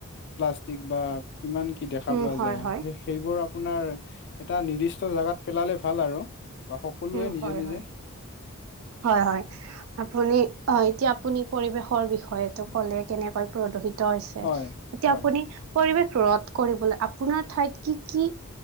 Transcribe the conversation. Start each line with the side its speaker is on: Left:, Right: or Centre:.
Left: প্লাষ্টিক বা কিমান কি দেখা
Right: উম
Left: পোৱা
Right: হয়
Left: যায়
Right: হয়
Left: সেইবোৰ আপোনাৰ এটা নিৰ্দিষ্ট জেগাত পেলালে ভাল আৰু বা সকলোৱে
Right: উ
Left: নিজে
Right: হয়
Left: নিজে
Right: হয় হয় হয় আপুনি অ এতিয়া আপুনি পৰিৱেশৰ বিষয়টো ক'লে কেনেকৈ প্ৰদূষিত হৈছে
Left: হয়
Right: এতিয়া
Left: হয়
Right: আপুনি পৰিৱেশ ৰদ কৰিবলৈ আপোনাৰ ঠাইত কি কি